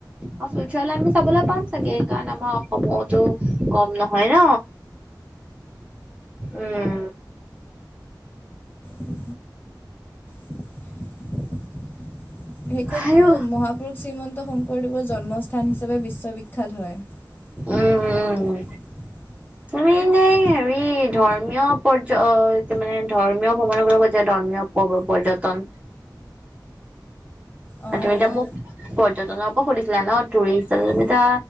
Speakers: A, on the right; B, on the left.
A: অ চোজাৰলেণ্ড আমি চাবলৈ পাম চাগে এই কাৰণ আমাৰ অসমতো কম নহয় ন উম
B: উম হু সেইখনতো
A: আৰু
B: মহাপুৰুষ শ্ৰীমন্ত শংকৰদেৱৰ জন্মস্থান হিচাপে বিশ্ববিখ্যাত হয় <inaudible>
A: উম উম তুমি মানে হেৰি ধৰ্মীয় পৰ্য মানে ধৰ্মীয় ভ্ৰৱনৰ গৰ <unintelligible> কয় যে ধৰ্মীয় প পৰ্যটন
B: অঁ
A: তুমি এতিয়া মোক পৰ্যটনৰ পৰা সুধিছিলা ন টুৰিষ্টু
B: উম।
A: এলবিতা